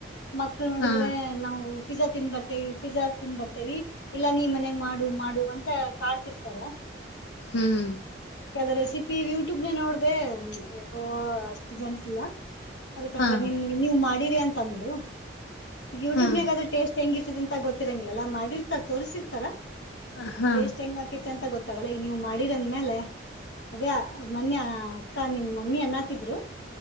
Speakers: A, on the left (about 65°); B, on the left (about 80°).
A: ಮಕ್ಳ ನೋಡಿದ್ರೆ
B: ಹಾ
A: ನಾವು ಪಿಜ್ಜಾ ತಿನ್ ಬರ್ತೇವಿ ಪಿಜ್ಜಾ ತಿನ್ ಬರ್ತೇವಿ ಇಲ್ಲಾ ನೀ ಮನೆಗೆ ಮಾಡು ಮಾಡು ಅಂತ ಕಾಡ್ತಿರ್ತಾರ
B: ಹ್ಮ್
A: ಯದ ರೆಸಿಪಿ ಯೂಟ್ಯೂಬ್ ನ ನೋಡ್ದೆ ಯಾಕೋ ಅಷ್ಟ ಇದ ಅಂಟಿಲ್ಲ ಅದಕ್ಕಂಗ
B: ಹಾ
A: ನಿಮ್ಗೆ ನೀ ಮಾ ಮಾಡೀರಿ ಅಂತಂದ್ರು ಯೂಟ್ಯೂಬ್ನಾಗ
B: ಹಾ
A: ಅ್ರ ಟೇಸ್ಟ್ ಹೆಂಗಿ ರಂತ ಗೊತ್ತಿರಂಗಿಲ್ಲಲ್ಲಾ ಮಾಡಿ ತೋರಿಸಿರ್ತಾರ
B: ಹಾ
A: ಟೇಸ್ ಹೆಂಗ್ ಹಕ ಅ ಗೊತ್ತ ತಗಗಳ ನೀವು ಮಾಡಿರಂದ್ಮೇಲೆ ಅದೇ ಮನ್ಯ ಅಕ್ಕ ನಿಮ್ ಮಮ್ಮಿ ಅನ್ನತಿದ್ರು